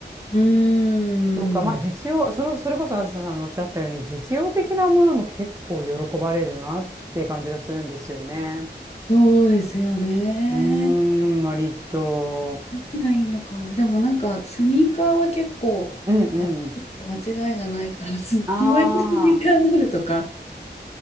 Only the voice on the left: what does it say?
うん。
そうですよね。
何がいいのかな。でもなんか、スニーカーは結構、
あ、間違いがないから、<laughs> すホワイ回スニーカーになるとか。